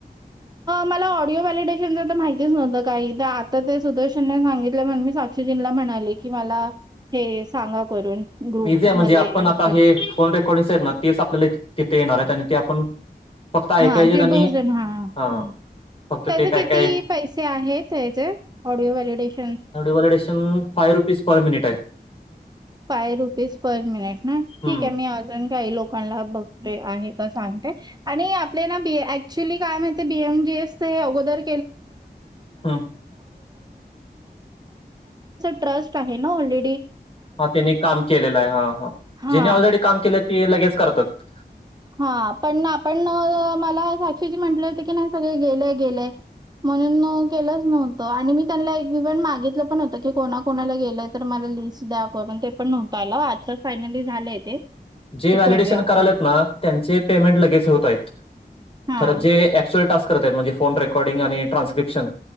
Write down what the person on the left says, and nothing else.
इझी आहे म्हणजे आपण
आता
हे फोन रेकॉर्डिंग्स आहेत ना तेच आपल्याला तिथे येणार आहेत आणि ते आपण फक्त ऐकायचेत
आणि
हां,
फक्त ते काय
काय
validation five rupees per minute आहे
हं,
हं.
हा त्यांनी काम केलेलं आहे हा हा
ज्यांनी ऑलरेडी काम केलं ते लगेच करतात
जे
व्हॅलिडेशन
करालेत ना त्यांचे पेमेंट लगेच होत आहेत
खरं जे क्चुल करत म्हणे फोन रेकॉर्डिंग आणि ट्रान्स्क्रपशन